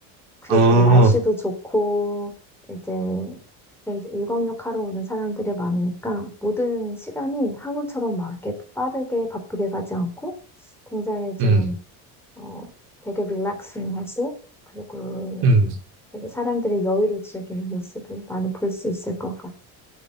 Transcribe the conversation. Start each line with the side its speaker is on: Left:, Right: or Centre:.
Centre: 그리고
Right: 어,
Centre: 거기 날씨도 좋고, 이제 이제 일광욕 하러 오는 사람들이 많으니까 모든 시간이 한국처럼 막 이렇게 빠르게 바쁘게 가지 않고 굉장히 좀,
Right: 음,
Centre: 어, 되게 릴렉싱하고 그리고
Right: 음,
Centre: 되게 사람들이 여유를 즐기는 모습을 많이 볼 수 있을 것 같아.